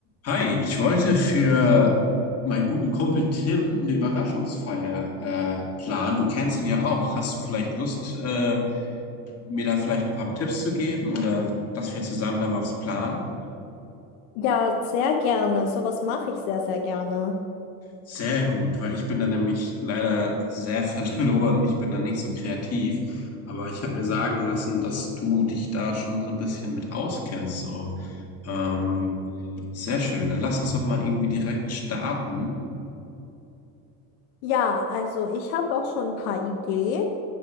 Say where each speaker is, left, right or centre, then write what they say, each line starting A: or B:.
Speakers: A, on the left; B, on the left.
A: Hi, ich wollte für meinen guten Kumpel Tim eine Überraschungsfeier äh, planen. Du kennst ihn ja auch. Hast du vielleicht Lust, äh, mir da vielleicht ein paar Tipps zu geben oder dass wir zusammen da was planen?
B: Ja, sehr gerne. Sowas mache ich sehr, sehr gerne.
A: Sehr gut, weil ich bin da nämlich leider sehr <laughs> verloren. Ich bin da nicht so kreativ. Aber ich habe mir sagen lassen, dass du dich da schon so ein bisschen mit auskennst. So. Ähm, sehr schön. Dann lass uns doch mal irgendwie direkt starten.
B: Ja, also ich habe auch schon ein paar Ideen.